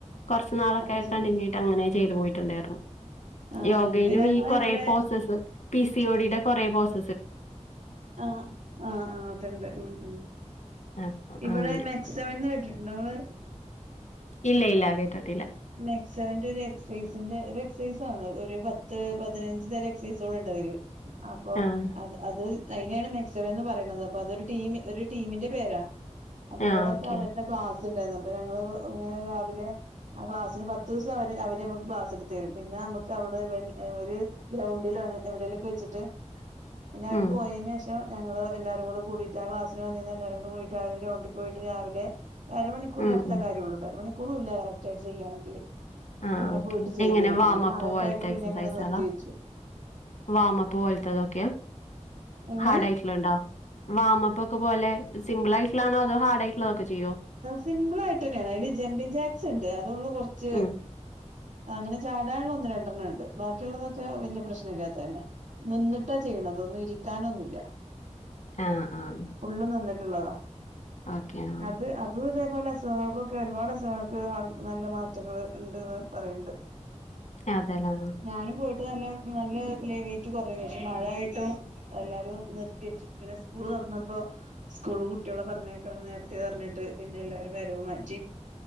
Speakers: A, on the left; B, on the right.
A: കൊർച്ച് നാളൊക്കെ
B: അത് ശരി
A: കണ്ടിന്യൂ ചെയ്ത് പോയിട്ടുണ്ടാരുന്നു
B: ആഹ്
A: യോഗയിലു
B: അങ്ങനെ ഞങ്ങളെ
A: ഈ കൊറേ
B: ഇവിടെ
A: പോസ്സസ് പി സി ഒ ഡി യുടെ കൊറേ പോസ്സ്
B: ആഹ് ആഹ് ആഹ് അതുണ്ട് ഉം ഉം
A: അപ്പൊ
B: ഇവിടെ
A: അങ്ങനെ
B: മെക്സമന്ന് കേട്ടിട്ടുണ്ടോങ്ങള്?
A: ഇല്ല ഇല്ല കേട്ടിട്ടില്ല
B: മെക്സെവന്റെ ഒരു എക്സൈസിന്റെ ഒരു എക്സൈസാണ് ഒരു പത്ത് പതിനഞ്ച് തരം എക്സസൈസുകളുണ്ടതില് അപ്പൊ
A: ആഹ്
B: അത് അത് അയിനെയാണ് മെക്സവൻ എന്ന് പറയണത് അപ്പൊ അതൊരു ടീമി ഒരു ടീമിന്റെ പേരാ അപ്പൊ
A: ആഹ്
B: ഇവിടൊക്കെ
A: ഓക്കെ
B: അവരുടെ ക്ലാസ് ഉണ്ടായിരുന്നു അപ്പൊ ഞങ്ങള് ഇങ്ങനെ രാവിലെ ആ ക്ലാസ്സിന് പത്ത് ദിവസം അവര് അവര് നമുക്ക് ക്ലാസ് എടുത്ത് തരും പിന്നെ നമുക്ക് അവിടെ ഒരു ഗ്രൗണ്ടി ണ്ട എവിടെലൊക്കെ വെച്ചിട്ട്
A: <inaudible>
B: പിന്നെ അവര്
A: ഉം
B: പോയെന് ശേഷം ഞങ്ങള് എല്ലാരും കൂടെ കൂടിട്ട് ആ ക്ലാസിന് വന്നീനെ എല്ലാരും കൂടെ കൂടീട്ട് അവര് ഗ്രൗണ്ട്‌‌ പോയിട്ട് രാവിലെ അരമണിക്കൂർ
A: ഉം
B: നേരത്തെ
A: ഉം
B: കാര്യള്ളു അരമണിക്കൂറുല്ല കറക്ട് ആയിട്ട് ചെയ്യാണെങ്കില്
A: ആഹ്
B: അങ്ങനെ
A: ഓക്കെ
B: പോയിട്ട് ചെയ്തീനു
A: എങ്ങനെ
B: പ്പങ്ങനെ
A: വാമപ്പ്
B: മഴക്കായിട്ട്
A: പോലത്തെ
B: പിന്നെ
A: എക്സസൈസുകളാ
B: ങ്ങനെ നിർത്തി വെച്ചു
A: വാമപ്പ് പോലത്തതൊക്കെയോ?
B: അങ്ങനെ
A: ഹാർഡ് ആയിട്ട്ള്ളണ്ടോ? വാമപ്പൊക്കെ പോലെ സിംപിൾ ആയിട്ട്ള്ളാണോ അതോ ഹാർഡ് ആയിട്ടുള്ളതൊക്കെ ചെയ്യോ
B: സിമ്പിൾ ആയിട്ട് ന്നെയാണ് അതില് ജമ്പിങ് ജാക്സ് ഉണ്ട് അതള്ളൂ കുറച്ച്
A: ഉം
B: അങ്ങനെ ചാടാള്ള ഒന്നും രണ്ടെണ്ണം ഉണ്ട് ബാക്കിയുള്ളതൊക്കെ വല്യയ പ്രശ്ന ഇല്ലാത്തന്നെ നിന്നിട്ടാ ചെയ്യണതൊന്നും ഇരിക്കാനൊന്നുമല്ല
A: ആഹ് ആഹ്
B: ഫുള്ള് നിന്ന്‌ ട്ട്ള്ളതാ
A: ഓക്കെ ആഹ്
B: അത് അ പോലെ അസുഖങ്ങൾക്കൊക്കെ ഒരുപാട് അസുഖങ്ങൾക്ക് ആ നല്ല മാറ്റങ്ങൾ ഉണ്ട്ന്ന് പറയ്ണ്ട്
A: അതെല്ലേ
B: ഞാനും പോയിട്ട് നല്ല നല്ല ലെവേറ്റ് കുറഞ്ഞ പക്ഷെ മഴായിട്ടും എല്ലാരും നിർത്തി വെച്ചു പിന്നെ സ്കൂള് തുന്നപ്പോ സ്കൂള് കുട്ടികളെ പറഞ്ഞേക്കണം നേരത്തെ പറഞ്ഞിട്ട് പിന്നെ എല്ലാരും വരവ് മാറ്റി